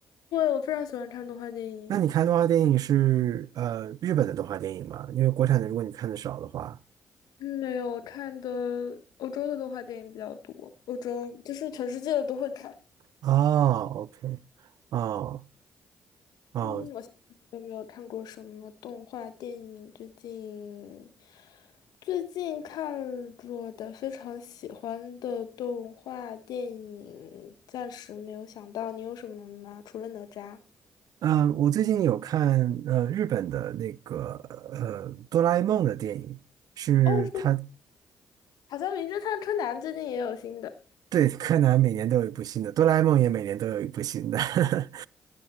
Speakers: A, on the left (about 70°); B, on the right (about 65°).
A: 对，我非常喜欢看动画电影，
B: 那你看动画电影是呃日本的动画电影吗？因为国产的，如果你看的少的话，
A: 嗯没有看的欧洲的动画电影比较多，欧洲就是全世界的都会看。
B: 哦，OK，哦哦，
A: 嗯，我想想有没有看过什么动画电影？最近最近看过的非常喜欢的动画电影，暂时没有想到，你有什么吗？除了哪吒？
B: 嗯、我最近有看呃日本的那个呃哆啦 A 梦的电影，是它
A: 哦，是，好像《名侦探柯南》最近也有新的。
B: 对柯南每年都有一部新的，哆啦 A 梦也每年都有一部新的，<laughs>